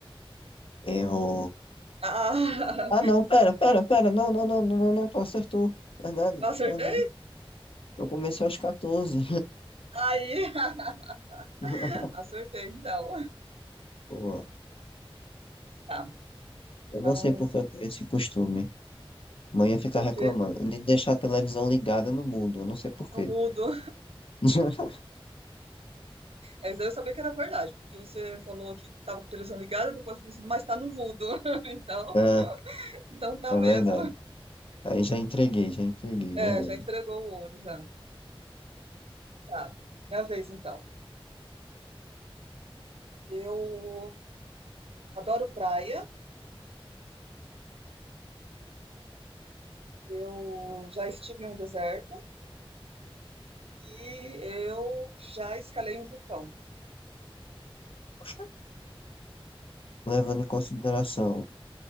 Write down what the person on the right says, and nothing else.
Ah, <laughs>
acertei?
Aí, <laughs>
acertei, então.
Tá.
Então,
o
quê?
No mudo.
Mas eu sabia que era verdade, porque você falou que tava com a televisão ligada, depois falou assim, mas tá no mudo. <laughs> Então,
então tá
mesmo.
É,
já entregou o ouro, já. Tá, minha vez então. Eu adoro praia, eu já estive em um deserto e eu já escalei um vulcão.